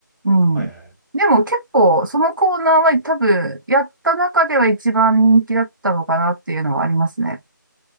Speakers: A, on the right; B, in the centre.
A: うん。
B: はいはい。
A: でも結構そのコーナーは多分やった中では一番人気だったのかなっていうのはありますね。